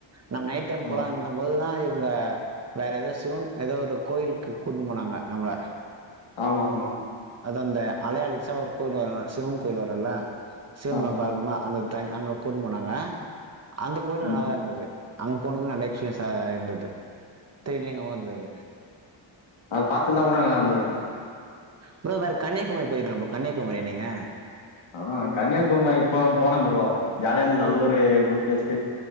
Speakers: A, on the right (about 30°); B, on the left (about 65°).
A: நம்ம நைட் டைம்
B: ஆ.
A: போலா இருந்த போதுதா அவங்க வேற ஏதோ சிவன் ஏதோ ஒரு கோயிலுக்கு கூட்டுன்னு போனாங்க நம்ப
B: ஆமா ஆமா
A: அது அந்த அலையடிச்சா ஒரு கோயில் வரு சிவன் கோவில் வருல சிவன்
B: ஆ,
A: பாக்கலா அந்த த அங்க கூட்னுபோனாங்க அந்த கோயில் நல்லாதா
B: ம்,
A: இருந்தது அங்க போனது நல்ல எக்ஸ்பீரியன்ஸா இருந்தது ட்ரெலிங்கமா இருந்தது
B: அத பாத்தந்தா உன்னு நல்லா இருந்திருக்கு
A: ஃப்ரோ வேற கன்னியாகுமரி போயிருக்கம் ஃப்ரோ கன்னியாகுமாரியா நீங்க
B: ஆ கன்னியாகுமரி போ போனம்ஃப்ரோ ஜாலியாந்தது அது ஒரு குட் டேஸ்